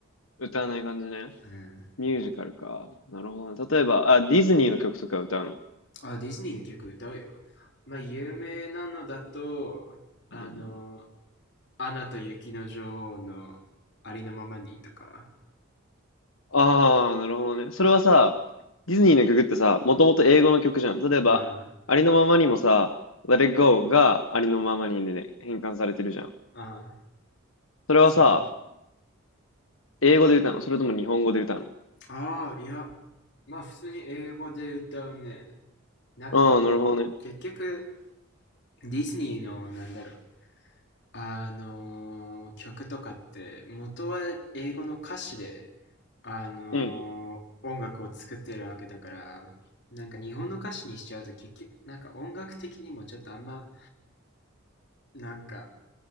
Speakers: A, on the left (about 75°); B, on the left (about 55°).
A: 歌わない感じね。
B: うん。
A: ミュージカルか。なるほどね。例えば、あ、ディズニーの曲とか歌うの
B: あ、ディズニーの曲歌うよ。まあ有名なのだと、あの、
A: うん
B: アナと雪の女王のありのままにとか、
A: ああ、なるほどね。それはさ、ディズニーの曲ってさ、もともと英語の曲じゃん。例えば、
B: うん。
A: ありのままにもさ、Let It Go がありのままにで変換されてるじゃん。
B: ああ、
A: それはさ、
B: そう。
A: 英語で歌うのそれとも日本語で歌うの
B: ああ、いや、まあ普通に英語で歌うね。なんか、
A: ああー、なるほどね。
B: 結局、ディズニーの、なんだろう、あのー曲とかって、元は英語の歌詞で、あのー音楽を作ってるわけだから、
A: うん。
B: なんか日本の歌詞にしちゃうと結局、なんか音楽的にもちょっとあんま、なんか、